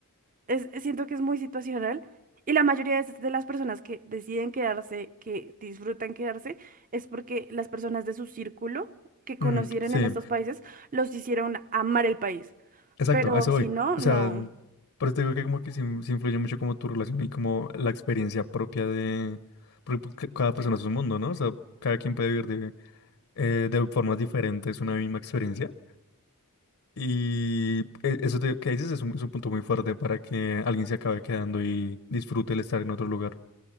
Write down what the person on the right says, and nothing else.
es- siento que es muy situacional y la mayoría de de las personas que deciden quedarse, que disfrutan quedarse, es porque las personas de su círculo que conocieron
en estos países los hicieron amar el país.
Pero
si
no,
no.